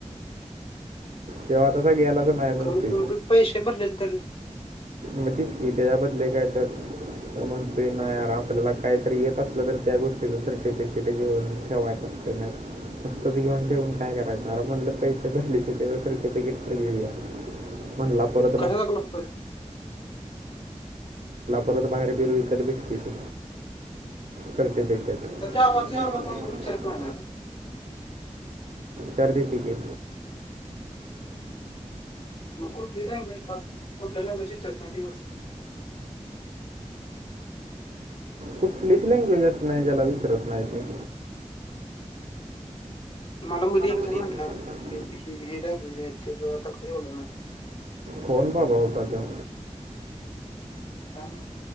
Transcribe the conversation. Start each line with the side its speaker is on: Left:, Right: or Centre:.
Right: तेव्हा तसा गेलाच नाही म्हणतोय
Left: कमीत कमी पैसे भरले का र
Right: मग तीच की त्याच्या बदले काय तर तर म्हणतो नाही यार आपल्याला काहीतरी येत असलं तर त्या गोष्टीच सर्टिफिकेट घेऊन ठेवायच असत नुसतंच घेऊन ठेवून काय करायच आर पैसे भरलेत त्याच सर्टिफिकेट तर घेऊया म्हणाला म्हणलं
Left: कशा लागला होता
Right: परत बाहेर जावा विकत भेटीत सर्टिफिकेट तर
Left: जावाचं
Right: गावाचं
Left: एवढं कोण विच्ारत
Right: मोठं
Left: नाहीहिणार
Right: चारदी तके
Left: मग कुठली लँग्वेज कुठल्या लँग्वेजची चलवस्
Right: कूपिस लँंग्वेज अस नाही जला विचरत नाही थिक
Left: मला मग एकसं
Right: मध्ये
Left: नाही
Right: एक
Left: म्हटणार
Right: म्हणतात
Left: हे लँग्वेज आहे तर आता क बोलणार
Right: कोण बाबा होता त
Left: का ना